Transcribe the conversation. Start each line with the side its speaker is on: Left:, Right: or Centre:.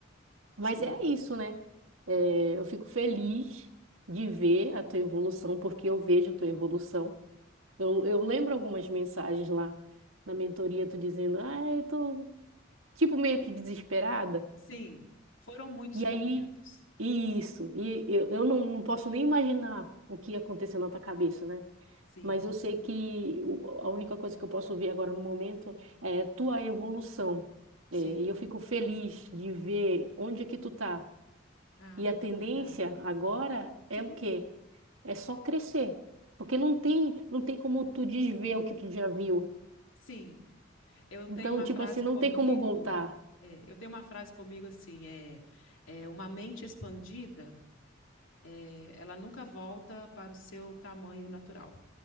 Right: Mas
Left: Sim.
Right: é isso, né? É, eu fico feliz de ver a tua evolução, porque eu vejo a tua evolução. Eu, eu lembro algumas mensagens lá na mentoria, tu dizendo, ah, eu tô tipo meio que desesperada.
Left: Sim, foram muitos
Right: E
Left: momentos.
Right: aí, e isso, e eu, eu não, não posso nem imaginar o que aconteceu na tua cabeça, né?
Left: Sim,
Right: Mas eu sei que o- a única coisa que eu posso ver agora no momento é tua evolução.
Left: sim.
Right: É, e eu fico feliz de ver onde é que tu tá.
Left: Ah,
Right: E
Left: muito
Right: a tendência
Left: obrigada.
Right: agora é
Left: Sim,
Right: o quê? É só crescer. Porque não tem, não tem como tu desver o que tu já viu.
Left: sim. Eu
Right: Então,
Left: tenho uma
Right: tipo
Left: frase
Right: assim, não
Left: comigo,
Right: tem como voltar.
Left: é, eu tenho uma frase comigo assim, é, é uma mente expandida, é, ela nunca volta para o seu tamanho natural.